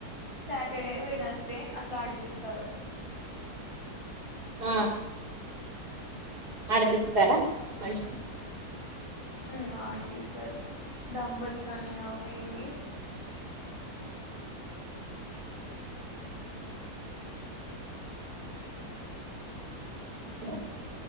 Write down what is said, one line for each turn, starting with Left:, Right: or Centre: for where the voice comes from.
Left: సాటర్డే వెనస్డే అట్లా అడిపిస్తారు
Right: ఆ ఆడిపిస్తారా మరి
Left: ఉ ఆడిపిస్తారు డంబుల్స్ అని అవి ఇవి
Right: ఆ